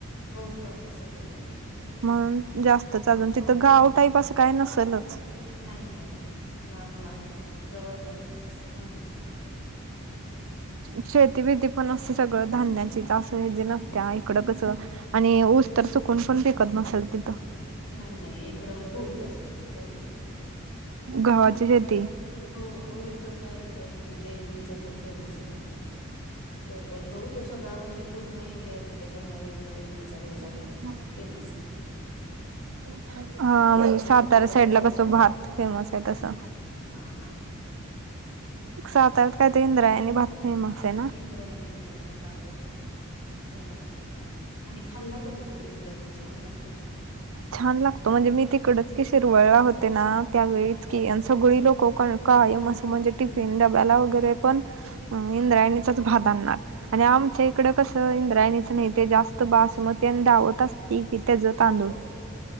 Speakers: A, on the left; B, on the right.
A: हो प्रॉपर सिटीमध्ये. हा
B: म्हणून जास्तच, अजून तिथं गाव टाईप असं काय
A: हो
B: नसलच.
A: नाही नाही नाही. लांब लांब आहेत, जवळ कायच नाही असं म्हणून, हम्म.
B: शेतीबिती पण असं सगळं धान्याचींच, असं ह्यजी नसत्या, इकडं कसं आणि ऊस तर चुकून पण पिकत नसल तिथं.
A: नाही नाही इकडं गहू जास्त,, गहू.
B: गव्हाची शेती.
A: हो गहू इकडचा इंदोरचा म्हणजे एमपीचा गहु फेमस य. लोकल गहु तो सगळा म्हणजे पूर्ण इंडियात इंडियाच्या बाहेर इथला एनपीचा गहू जात
B: म <inaudible>
A: फेमस हाय,
B: हा म्हणजे
A: चपात्या
B: सातार्या
A: खूप
B: साईड
A: अशा
B: ला
A: सॉफ्ट
B: कसं
A: भातात
B: भात फेमस हाय तसं.
A: हा हा. हम्म.
B: साताऱ्यात काय ते इंद्रायणी भात फेमसय
A: इंद्रायणी इंद्रायणी तांदूळ फेमस. आणि खाल्ला का तू कधी, इंद्रायणी छान लागतो.
B: छान लागतो, म्हणजे मी तिकडंच की शिरवळला होते ना, त्यावेळीच
A: हो.
B: की आमचं सगळी लोकं कायम कायम असं म्हणजे टिफिन डब्याला वगैरे पण अ इंद्रायणीचाच भात आननार, आणि आमच्या ई इकडं कसं, इंद्रायणीच नाही ते जास्त बासमती आणि दावत असतय
A: भात.
B: की, त्यजं तांदूळ.
A: हो हो